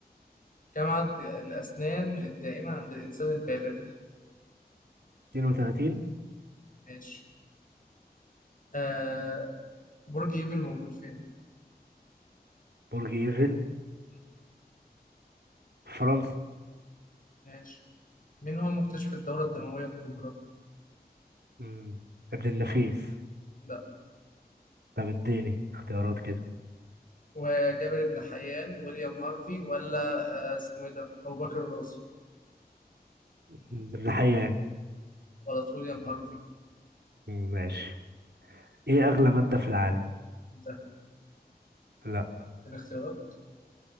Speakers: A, on the left (about 55°); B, on the right (about 80°).
A: كم عدد الأسنان الدائمة عند الإنسان البالغ؟
B: 32
A: ماشي آه، برج ايفل موجود فين؟
B: برج ايفل
A: مم.
B: فرنسا
A: ماشي مين هو مكتشف الدورة الدموية الكبرى؟
B: مم. ابن النفيس
A: لا
B: طب اديني اختيارات كده
A: وجابر بن حيان ويليام هارفي ولا آه اسمه ايه ده؟ أبو بكر الرازي
B: مم. ابن حيان
A: غلط ويليام هارفي
B: مم، ماشي ايه اغلى مادة في العالم
A: ده
B: لا
A: اديني اختيارات